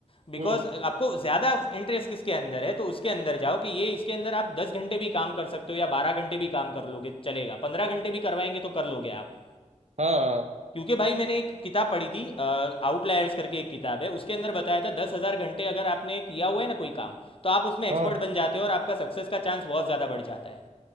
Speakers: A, on the left; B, on the right.
A: बिकॉज
B: हम्म
A: आपको ज़्यादा इंटरेस्ट किसके अंदर है तो उसके अंदर जाओ कि ये इसके अंदर आप दस घंटे भी काम कर सकते हो या बारह घंटे भी काम कर लोगे चलेगा पंद्रह घंटे भी करवाएंगे तो कर लोगे आप
B: हाँ
A: क्योंकि भाई मैंने एक किताब पढ़ी थी आउटलायर्स करके एक किताब है उसके अंदर बताया था दस हजार घंटे अगर आपने किया हुआ है ना कोई काम तो आप उसमें एक्सपर्ट
B: हाँ
A: बन जाते हो और आपका सक्सेस का चांस बहुत ज्यादा बढ़ जाता है